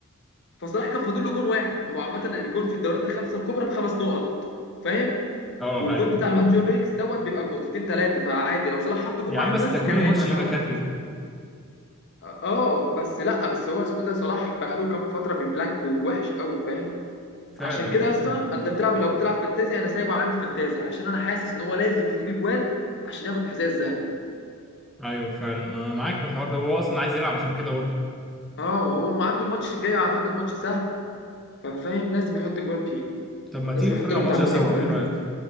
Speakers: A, on the left; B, in the centre.
A: فصلاح كان فاضل له جون واحد هو عامه الجون في الدوريات الخمسه الكبرى بخمس نقط فاهم
B: اه
A: والجون
B: ايوه
A: بتاع الواد جوريكس دوت بيبقى بنقطتين ثلاثه فعادي لو صلاح حط جون
B: يا
A: واحد
B: عم بس
A: بس
B: ده كل
A: كان هيبقى
B: ماتش
A: الاول
B: يجيب لك هاتريك
A: اه بس لا بس هو اسمه إيه ده صلاح بقى له كام فتره ببلانك ووحش قوي فاهم
B: فعلا
A: عشان كده
B: اه
A: يا اسطى انت بتلعب لو بتلعب فانتازي انا سايبه عندي فانتازي عشان انا حاسس ان هو لازم يجيب اجوان عشان ياخد الحذاء الذهبي
B: ايوه فعلا انا معاك في الحوار ده وهو اصلا عايز يلعب عشان كده برضه
A: اه وهو ما عنده الماتش الجاي اعتقد ماتش سهل ففاهم لازم يحط اجوان فيه
B: طب ما تيجي
A: لازم
B: نتفرج
A: يحط
B: على
A: له
B: الماتش
A: بتاع جونين
B: ده سوا
A: ثلاثه
B: ايه رايك
A: كده